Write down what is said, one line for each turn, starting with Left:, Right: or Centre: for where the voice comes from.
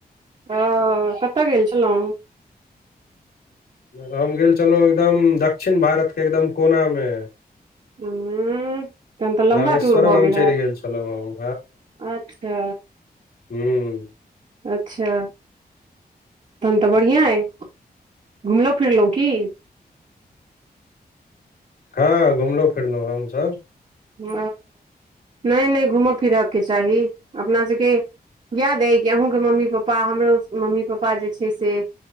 Right: हंऽ कतऽ गेल छलहुं।
Left: हम गेल छलऊ एकदम, दक्षिण भारतके एकदम कोनामे
Right: उंम्म तहन तऽ लम्बा
Left: रामेश्वरम
Right: टूर भऽ
Left: हम
Right: गेल हैत,
Left: चलि छलहुँ हम
Right: अच्छा।
Left: हम्म
Right: अच्छा तहन तऽ बढ़ियां अय, घुमलौ फिरलौ की
Left: हँ घुमलौ-फिरलौ हमसब।
Right: ओ नहि-नहि घूम फिरऽके चाही अपना सबके याद अइ कि अहूँके मम्मी-पप्पा, हमरो मम्मी-पप्पा जे छै से